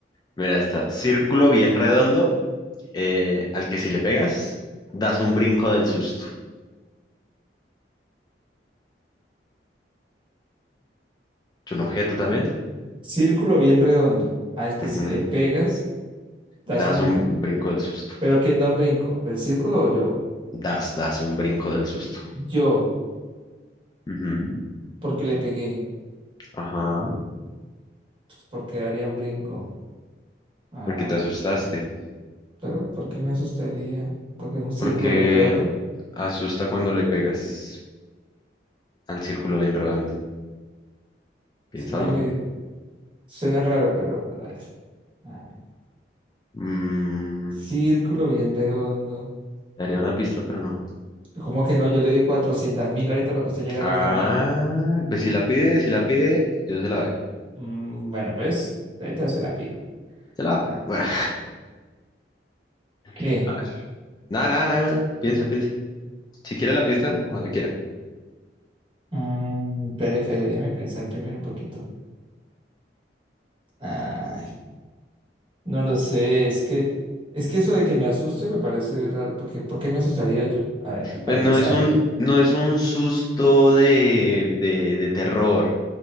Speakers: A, on the left; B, on the right.
A: mira esta. Círculo bien redondo eh, al que si le pegas, das un brinco del susto. Es un objeto también.
B: Círculo bien redondo, al que
A: Ujú.
B: si le pegas, das
A: Das
B: un brinco.
A: un brinco del susto.
B: Pero ¿quién da un brinco? ¿El círculo o yo?
A: Das, das un brinco del susto.
B: Yo,
A: Ujú.
B: porque le pegué,
A: Ajá.
B: pues porque daría un brinco. Ah,
A: Porque te asustaste.
B: pero ¿por qué me asustaría? Porque es un círculo
A: Porque
B: bien redondo.
A: asusta cuando le pegas al círculo bien rodando. Piénsalo.
B: Suena muy, Suena raro, pero a ver. Ah,
A: Mm,
B: Círculo bien redondo.
A: daría una pista, pero no.
B: ¿Cómo que no? Yo le di cuatrocientos mil ahorita para que usted llegara
A: Ah,
B: al camino.
A: pues si la pide, si la pide, yo se la doy.
B: Mm, bueno, pues, ahorita se la pido.
A: Se la.
B: ah,
A: Bueno, <laughs>
B: ¿Qué?
A: a ver. Nada, nada, nada. nada. Piensa, piensa. Si quiere la pista, cuando quiera.
B: Mm, espere, espere, déjeme pensar primero un poquito. Ay, no lo sé, es que, es que eso de que me asuste me parece raro, porque ¿por qué me asustaría yo? A ver, para
A: Pues
B: empezar.
A: no es un, no es un susto de, de, de terror.